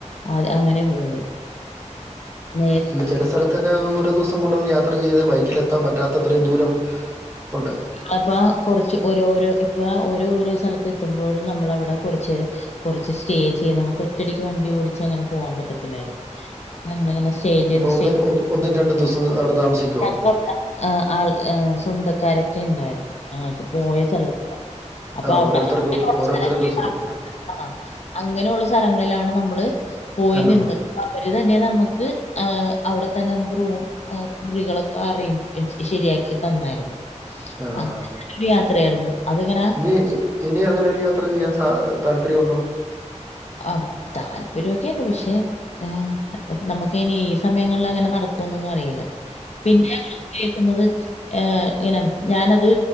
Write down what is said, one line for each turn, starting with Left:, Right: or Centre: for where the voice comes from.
Left: അതെ അങ്ങനെ പോയത് നേരിട്ട്
Right: ഇണ്ട് ചില സ്ഥലത്തൊക്കെ ഒരു ദിവസം കൊണ്ട് യാത്ര ചെയ്ത് ബൈക്കിൽ എത്താൻ പറ്റാ അത്രയും ദൂരം ഉണ്ട്
Left: ങ്ങളപ്പോ കുറച്ച് ഓരോരോ ഇപ്പൊ ഓരോരോ സ്ഥലത്ത് എത്തുമ്പോഴും നമ്മള അവിടെ കുറചേരം കുറച്ച് സ്റ്റേ ചെയ്യ് നമുക്ക് ഒറ്റടിക്ക് വണ്ടി ഓടിച്ച് അങ്ങനെ പോവാൻ പറ്റത്തില്ലായിരുന്നു ഞങ്ങൾ അങ്ങനെ സ്റ്റേ ചെയ്ത്
Right: അപ്പൊ ഒന്നും ഒന്ന് ഒന്നും രണ്ടും ദിവസം അവിടെ താമസിക്കുവോ
Left: <unintelligible> ഹ് ആൾ ഹ് സ്വന്തക്കാരൊക്കെ ഉണ്ടായിരുന്നു ങ്ങൾക്ക് പോയ സ്ഥലത്ത് അപ്പൊ
Right: ആ
Left: അവിടെ
Right: ഓരോരുത്തർക്കും
Left: <unintelligible>
Right: ഓരോരുത്തർക്കും സ്വന്തക്കാർ
Left: ആഹ് അങ്ങനെയുള്ള സ്ഥലങ്ങളിലാണ് നമ്മള് പോയി
Right: തങ്ങുന്നത്
Left: നിന്നത് അവര് തന്നെ നമ്മക്ക് ഹ് അവിടെ തന്നെ നമുക്ക് റൂ മുറികളൊക്കെ അറേഞ്ച് ശരിയാക്കി തന്നായിരുന്നു
Right: ആ
Left: അങ്ങനൊരു
Right: ആ
Left: യാത്രയായിരുന്നു അതിങ്ങനെ
Right: ഇനി ഇനി അങ്ങനെ ഒരു യാത്ര ചെയ്യാൻ സാ താല്പര്യം ഉണ്ടോ
Left: അ താല്പര്യ ഒക്കെണ്ട് പക്ഷെ ഹ് നമുക്ക് ഇനീ സമയങ്ങളിൽ അങ്ങനെ നടകോന്നൊന്നും അറിയില്ല പിന്നെ കേൾകുന്നത് ഏ ഇനം ഞാനത്